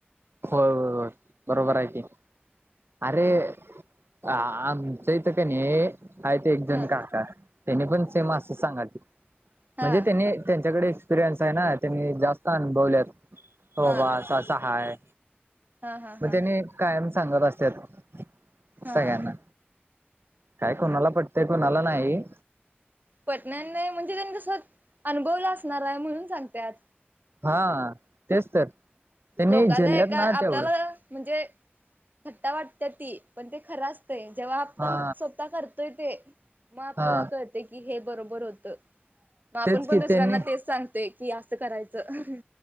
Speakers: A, on the right; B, on the right.
A: होय होय होय, बरोबर आहे की अरे! आ आमच्या हितं क नी. आहेत एकजण
B: हा
A: काका त्यांनी पण सेम असं सांगालती.
B: हा
A: म्हणजे
B: हा
A: त्यांनी त्यांच्याकडेच. एक्सपिरियन्स आहे ना त्यांनी जास्त अनुभवलयात, हो
B: हा
A: बाबा अस अस आहे.
B: हा हा
A: मग त्यांनी
B: हा
A: कायम सांगत असतात
B: हा
A: सगळ्यांना. काय कोणाला पटतंय कोणाला नाही.
B: पटणार नाही म्हणजे त्यांनी तसं अनुभवलं असणार आहे म्हणून सांगत्यात.
A: हा तेच तर. त्यांनी
B: लोकांना
A: झेलल्यात
B: एका
A: ना
B: आपल्याला
A: तेवढं
B: म्हणजे-‍- थट्टा वाटतीया ती पण ते खरं असतंय जेव्हा आपण
A: हा
B: स्वतः करतोय ते मग आपल्याला
A: हा
B: कळतंय की हे आपलं बरोबर होतं मग आपण
A: तेच
B: पण
A: की
B: दुसऱ्यांना
A: त्यांनी
B: तेच सांग ते की असं करायचं.